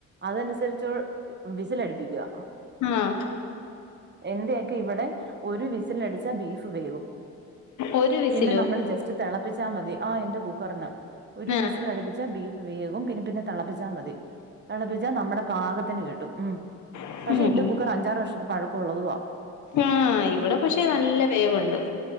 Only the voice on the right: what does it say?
അതനുസരിച്ച് വിസിലടിപ്പിക്കുക
എന്റെയൊക്കെ ഇവിടെ ഒരു വിസിലടിച്ചാ ബീഫ് വേവും
പിന്നെ നമ്മള് ജസ്റ്റ് തിളപ്പിച്ചാ മതി ആ എന്റെ കുക്കറിന് ഒരു
വീസിൽ അടുപ്പിച്ച ബീഫ് വേവും പിന്നെ പിന്നെ തിളപ്പിച്ചാൽ മതി തിളപ്പിച്ചാൽ നമ്മുടെ പാകത്തിന് കിട്ടും ഉം
പക്ഷെ എന്റെ കുക്കർ അഞ്ചാറ് വർഷത്ത പഴക്കമുള്ളതുവാ